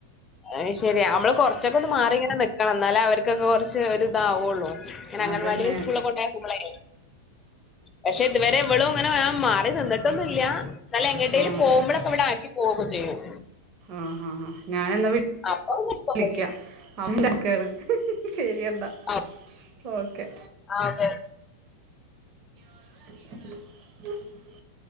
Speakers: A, on the left; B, on the right.
A: അയ്ശരി നമ്മള് കൊർചൊകൊന്ന് മാറി ഇങ്ങനെ നിക്കണം ഇന്നാലേ അവർക്കൊക്കെ കൊർച്ച് ഒരു ഇതാവുള്ളൂ ഇങ്ങന അഗൻവാടിലും
B: അതന്നെ
A: സ്കൂൾളും കൊണ്ടോയാക്കുമ്പളെ പക്ഷെ ഇതുവരെ ഇവളും ഇങ്ങനെ വേണം മാറി നിന്നിട്ടൊന്നുല്ല ന്നാലും എങ്ങട്ടേലും
B: ആ
A: പോവുമ്പളൊക്കെ ഇവിടെ ആക്കി പോവൊക്കെ ചെയ്യും
B: ആഹ് ഹാ ഹാ ഞാനെന്ന <inaudible>
A: അപ്പൊ നിക്കൊക്കെ
B: വിളിക്ക
A: ചെയ്യും
B: <unintelligible> ശരിയന്നാ
A: ആ
B: ഓക്കെ
A: ആ ഓക്കെ
B: <inaudible>